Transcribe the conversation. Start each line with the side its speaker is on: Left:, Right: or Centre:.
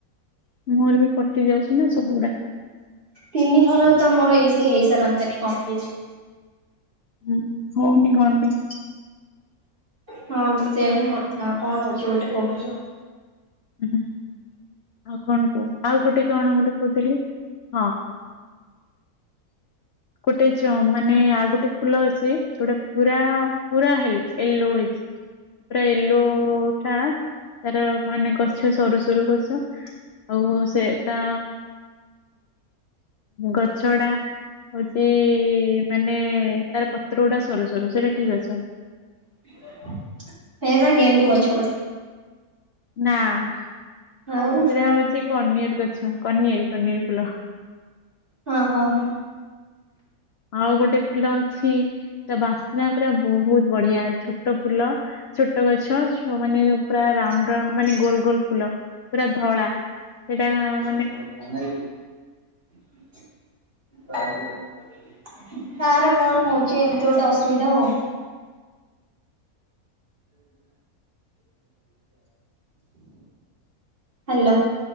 Left: ମୋର ବି କଟି ଯାଉଛି ନା ସବୁଗୁଡା।
Right: ତିନି ଥର ତ ମୋର ଏମିତି ହେଇସାରନ୍ତାଣି କମ୍ପ୍ଲିଟ।
Left: ହୁଁ ହଉନି କଣ ପାଇଁ।
Right: ହଁ ତ ସେଇଆ ହିଁ କଥା କଣ ହଉଛି ଗୋଟେ ପ୍ରୋବ୍ଲେମ ଆଉ।
Left: ହୁଁ ହୁଁ। ଆଉ କଣ କୁହ ଆଉ ଗୋଟେ କଣ ଗୋଟେ କହୁଥିଲି ହଁ ଗୋଟେ ଜମ୍ ମାନେ ଆଉ ଗୋଟେ ଫୁଲ ଅଛି ଯୋଉଟା ପୁରା ପୁରା ହେଲ ୟେଲୋ ହେଇଚି ପୁରା ୟଲୋ ଟା ତାର ମାନେ ଗଛ ସରୁ ସରୁ ଗଛ ଆଉ ସେ ତା ଗଛଡ଼ା ହଉଚି ମାନେ ତାର ପତ୍ର ଗୁଡା ସରୁ ସରୁ ସେଟା କି ଗଛ
Right: <unintelligible> ହେ ବା ଗେଣ୍ଡୁ ଅଛ ବୋଧେ
Left: ନାଁ ସେଟା
Right: ଆଉ
Left: ହଉଚି କନିଅରି ଗଛ କନିଆରି କନିଆରି ଫୁଲ।
Right: ହଁ-ହ-ହ।
Left: ଆଉ ଗୋଟେ ଫୁଲ ଅଛି ତା ବାସ୍ନା ପୁରା ବହୁତ୍ ବଢିଆ ଛୋଟ ଫୁଲ। ଛୋଟ ଗଛ ମାନେ ପୁରା ରାଉଣ୍ଡ-ରାଉଣ୍ଡ ମାନେ ଗୋଲ୍-ଗୋଲ୍ ଫୁଲ ପୁରା ଧଳା ସେଟା <unintelligible>
Right: <inaudible> ତାର କଣ ହଉଚି ଏମ୍ତି ଗୋଟେ ଅସୁବିଧା ହଉ ହାଲୋ।